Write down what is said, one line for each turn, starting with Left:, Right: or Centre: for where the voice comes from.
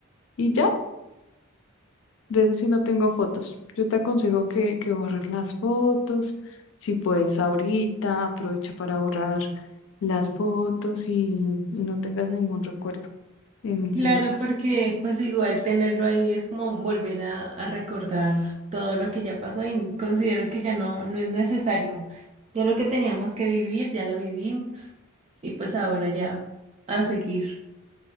Left: Y ya, de eso sí no tengo fotos. Yo te aconsejo que, que borres las fotos. Si puedes ahorita, aprovecha para borrar las fotos y, y no tengas ningún recuerdo en el
Right: Claro,
Left: celular.
Right: porque pues igual tenerlo ahí es como volver a, a recordar todo lo que ya pasó y considero que ya no, no es necesario. Ya lo que teníamos que vivir, ya lo vivimos. Y pues ahora ya a seguir.